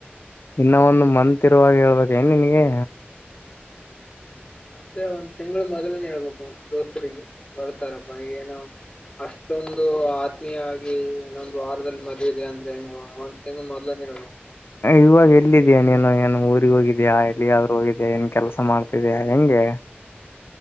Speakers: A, on the left (about 70°); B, on the left (about 25°).
A: ಇನ್ನ ಒಂದು ಮಂತ್ ಇರುವಾಗ ಹೇಳ್ಬೇಕ ಏನ್ ನಿನಗೆ.
B: ಮತ್ತೆ ಒಂದ್ ತಿಂಗಳು ಮೊದಲನ ಹೇಳ್ಬೇಕು ದೋಸ್ರಿಗೆ ಬರ್ತಾರಪ್ಪ ಏನೋ. ಅಷ್ಟೊಂದು ಆತ್ಮೀಯ ಆಗಿ ಇನ್ನೊಂದು ವಾರದಲ್ಲಿ ಮದುವೆ ಇದೆ ಅಂದ್ರೆ ಏನು. ತಿಂಗಳ ಮೊದಲೇನೆ ಹೇಳಬೇಕು.
A: ಇವಾಗ ಎಲ್ಲಿದಿಯಾ ನೀನು ಏನು ಊರಿಗೆ ಹೋಗಿದಿಯಾ ಎಲ್ಲಿಗಾದರೂ ಹೋಗಿದಿಯಾ ಏನ್ ಕೆಲಸ ಮಾಡ್ತಿದಿಯಾ ಹೆಂಗೆ.